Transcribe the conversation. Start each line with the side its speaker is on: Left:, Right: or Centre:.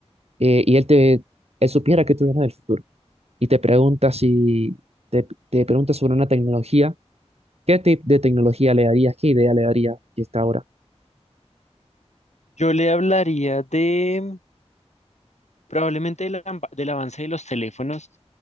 Right: eh, y él te él supiera que tú vienes del futuro y te pregunta si te, te pregunta sobre una tecnología, ¿qué tipo de tecnología le darías? ¿Qué idea le darías que está ahora?
Left: Yo le hablaría de probablemente del, amba- del avance de los teléfonos,